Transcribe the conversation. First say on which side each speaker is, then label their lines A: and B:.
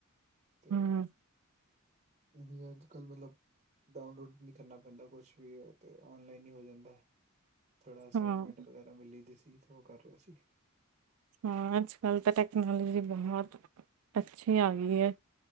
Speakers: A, on the right; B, on the right.
A: ਤੇ
B: ਹੰ।
A: ਵੀ ਅੱਜ ਕੱਲ੍ਹ ਮਲਬ ਡਾਊਨਲੋਡ ਨੀ ਕਰਨਾ ਪੈਂਦਾ ਕੁਛ ਵੀ, ਓ ਤੇ ਔਨਲਾਈਨ ਹੀ ਹੋ ਜਾਂਦੈ। ਥੋੜਾ ਅਸਾਈਨਮੈਂਟ
B: ਹਾਂ,
A: ਵਗੈਰਾ ਮਿਲੀ ਦੀ ਸੀ ਤੇ ਓ ਕਰ ਰਿਹਾ ਸੀ।
B: ਹਾਂ ਅੱਜ ਕੱਲ ਤੇ ਟੈਕਨੋਲੋਜੀ ਬਹੁਤ ਅੱਛੀ ਆ ਗੀ ਐ।